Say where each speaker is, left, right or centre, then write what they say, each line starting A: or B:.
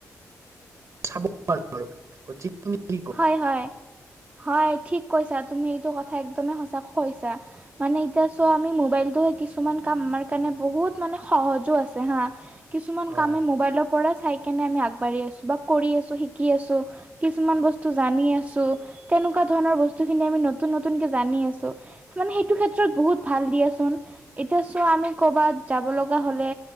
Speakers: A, on the right (about 55°); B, on the right (about 25°).
A: চাব <unintelligible> কোৱা
B: হয় হয় হয় ঠিক কৈছা তুমি, এইটো কথা একদমে সঁচাকে কৈছা। মানে এতিয়া চোৱা আমি মোবাইলটোৱে কিছুমান কাম আমাৰ কাৰণে বহুত মানে সহজো আছে হা কিছুমান
A: হয়
B: কামে ম'বাইলক পৰা চাই কেনে আমি আগবাঢ়ি আছো বা কৰি আছো, শিকি আছো কিছুমান ব স্তু জানি আছো তেনেকুৱা ধৰণৰ বস্তু খিনি আমি নতুন নতুনকে জানি আছো। মানে সেইটো ক্ষেত্ৰত বহুত ভাল দিয়াচোন, এতিয়া চোৱা আমি ক'বাত যাব লগা হ'লে